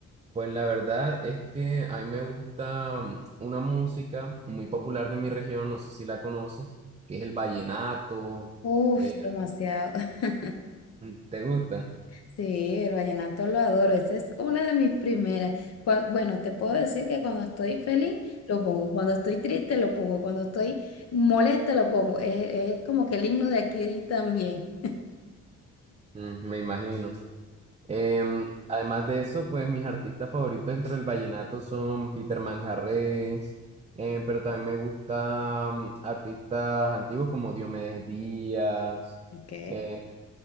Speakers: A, on the right; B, on the left.
A: Pues la verdad es que a mí me gusta mm, una música muy popular de mi región, no sé si la conoces, que es el vallenato.
B: Uf,
A: Eh,
B: demasiado. <laughs>
A: mm, ¿te gusta?
B: Sí, el vallenato lo adoro. Esa es una de mis primeras. Cua- bueno, te puedo decir que cuando estoy feliz lo pongo, cuando estoy triste lo pongo, cuando estoy molesta lo pongo. Es, es como que el himno de aquí también.
A: Mm, me imagino. Em, además de eso, pues mis artistas favoritos dentro del vallenato son Peter Manjarrés, em, pero también me gustan artistas antiguos como Diomedes Díaz,
B: Ok.
A: eh,